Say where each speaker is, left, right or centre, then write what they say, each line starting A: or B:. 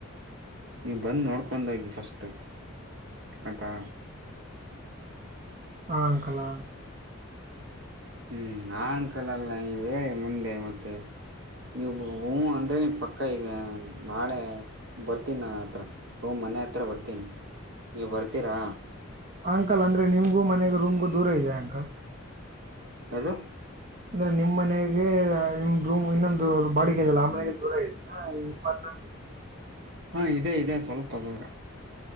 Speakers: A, on the right; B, on the right.
A: ನೀವು ಬಂದು ನೋಡ್ಕೊಂಡ್ ಹೋಗಿ ಫಸ್ಟು ಆಯ್ತ.
B: ಹ ಅಂಕಲ್ ಅ
A: ಹ್ಮ್ ಆ ಅಂಕಲ್ ಅಲ್ಲ ಇವೇ ಮುಂದೆ ಮತ್ತೆ. ನೀವು ಹ್ಞೂಂ ಅಂದರೆ ಪಕ್ಕ ಈಗ ನಾಳೆ ಬರ್ತೀನಿ ನನ್ನ ಹತ್ರ. ಹ್ಞ ಮನೆ ಹತ್ರ ಬರ್ತೀನಿ ನೀವು ಬರ್ತೀರಾ.
B: ಅಂಕಲ್ ಅಂದ್ರೆ ನಿಮ್ಗೂ ಮನೆಗೊ ರೂಮ್ಗೂ ದೂರ ಇದ್ಯ ಅಂಕಲ್.
A: ಯಾವ್ದು
B: ಅಂದ್ರೆ ನಿಮ್ ಮನೆಗೆ ನಿಮ್ ರೂಮ್ ಇನ್ನೊಂದು ಬಾಡಿಗೆ ಇದಲ್ಲ ಆ ಮನೆಗೆ ದೂರ ಇದೆ. ಹಾ ಈ ಪತ್ರ.
A: ಹಾ ಇದೆ ಇದೆ ಸ್ವಲ್ಪ ದೂರ.